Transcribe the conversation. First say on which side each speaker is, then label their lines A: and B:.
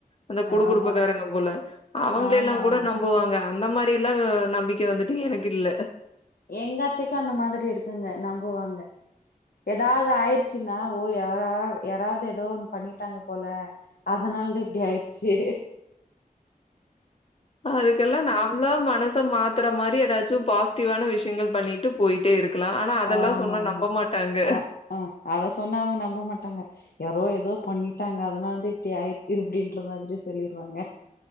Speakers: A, on the left; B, on the left.
A: அந்த குடு
B: ஆமா
A: குடுப்பக்காரங்க போல அவுங்கள
B: ஆமா
A: எல்லா கூட
B: ஆமா
A: நம் புபோவாங்க அந்த மாரி எல்லா நம்பிக்க வந்துட்டு எனக்கு இல்ல
B: எங்கத்தைக்கு அந்த மாதிரி இருக்குங்க நம்புவாங்க ஏதாவ்து ஆய்டுச்சுன்னா ஓ யார யாராவ்து ஏதோ ஒண்ணு பண்ணிட்டாங்க போல அதனால தா இப்டி ஆயடுச்சு
A: அதுக்கெல்லா நாம்ளா மனச மாத் துர மாரி ஏதாச்சு பாசிட்டிவான விஷ்யங்கள் பண்ணிட்டு போய்ட்டே இருக்கலா ஆ னா அதெல்லா
B: ஆமா
A: சொன்னா
B: ஆமா
A: நம்ப மாட்டாங்க
B: அ ஆ அத சொன்னா அவங்க நம்ப மாட்டாங்க யாரோ எதோ பண்ணிட்டாங்க அதனாலதா இப்டி ஆய் இப்டின்ற மாரி சொல்லிருவாங்க